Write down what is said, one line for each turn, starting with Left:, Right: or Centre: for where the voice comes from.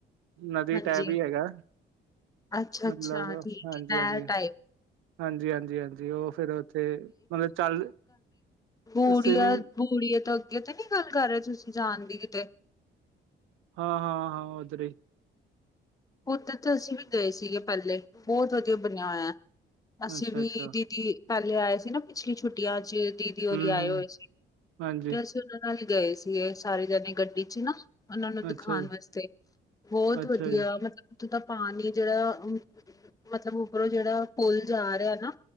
Right: ਨਦੀ
Left: ਹਾਂਜੀ
Right: ਟੈਪ ਹੀ ਹੈਗਾ।
Left: ਅੱਛਾ-ਅੱਛਾ
Right: ਮਤਲਬ,
Left: ਠੀਕ
Right: ਹਾਂਜੀ-
Left: ਹੈ। ਮੈਂ
Right: ਹਾਂਜੀ।
Left: ਟਾਈਪ
Right: ਹਾਂਜੀ- ਹਾਂਜੀ- ਹਾਂਜੀ ਉਹ ਫੇਰ ਉੱਥੇ ਮਤਲਬ ਚੱਲ
Left: ਬੂੜੀਆਂ।
Right: ਸਵਿਮਿੰਗ
Left: ਬੂੜੀਏ ਤੋਂ ਅੱਗੇ ਤੇ ਨੀ ਗੱਲ ਕਰ ਰਹੇ ਤੁਸੀਂ ਜਾਣ ਦੀ ਕਿਤੇ।
Right: ਹਾਂ- ਹਾਂ- ਹਾਂ ਉਦਰ ਹੀ।
Left: ਉੱਧਰ ਤਾਂ ਅਸੀਂ ਵੀ ਗਏ ਸੀਗੇ। ਪਹਿਲੇ ਬਹੁਤ ਵਧੀਆ ਬਣਿਆ ਹੋਇਆ। ਅਸੀਂ
Right: ਅੱਛਾ
Left: ਵੀ
Right: ਅੱਛਾ
Left: ਦੀਦੀ ਪਹਿਲੇ ਆਏ ਸੀ ਨਾ ਪਿਛਲੀ ਛੁੱਟੀਆਂ ਚ ਦੀਦੀ ਹੋਰ
Right: ਹਮ
Left: ਆਏ
Right: ਹਮ
Left: ਹੋਏ ਸੀ।
Right: ਹਾਂਜੀ
Left: ਤੇ ਅਸੀ ਉਹਨਾਂ ਨਾਲ ਗਏ ਸੀਗੇ। ਸਾਰੇ ਜਾਣੇ ਗੱਡੀ ਚ ਹੀ ਨਾ। ਉਹਨਾਂ ਨੂੰ ਦਿਖਾਉਣ
Right: ਅੱਛਾ ਜੀ
Left: ਵਾਸਤੇ, ਬਹੁਤ
Right: ਅੱਛਾ
Left: ਵਧੀਆ
Right: ਜੀ
Left: । ਉਥੋਂ ਤਾਂ ਪਾਣੀ ਜਿਹੜਾ ਮਤਲਬ ਉੱਪਰੋਂ ਜਿਹੜਾ ਪੁਲ ਜਾ ਰਿਹਾ ਨਾ।